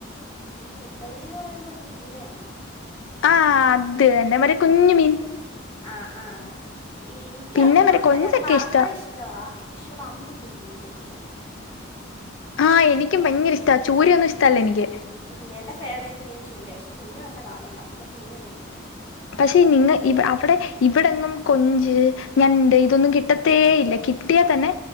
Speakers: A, on the left (about 25°); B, on the left (about 70°).
A: ഓ ഈ നത്തോലി എന്ന് പറയുന്നത് എന്താ ചൂടയാണോ
B: ആഹ് അത് തന്നെ മറ്റെ കുഞ്ഞു മീൻ
A: ആഹ്ആഹ് ഇൻക്ക്
B: പിന്നെ
A: അതിനോടൊന്നും
B: മറ്റേ കൊഞ്ചൊക്കെ
A: വല്ല അത് വർത്താ
B: ഇഷ്ടാ.
A: ഇഷ്ടവാ പക്ഷെ ഇവിടെ അമ്മയ്ക്ക് ഭയങ്കര ജീവന
B: ആഹ് എനിക്കു ഭയങ്കര ഇഷ്ടാ ചൂരയൊന്നും ഇഷ്ടല്ല എനിക്ക്
A: ഉം എന്റെ ഫേവറെറ്റ് മീൻ ചൂരപക്ഷെ ചൂര കണ്ട കാലം മാറ്ന്ന് ഇപ്പം ചൂരയെന്നും ഇല്ല
B: പക്ഷെ നിങ്ങ ഇ അവിടെ ഇവിടെങ്ങും കൊഞ്ച്
A: ഉം
B: ഞണ്ട് ഇതൊന്നും കിട്ടത്തേ ഇല്ല കിട്ടിയാൽ തന്നെ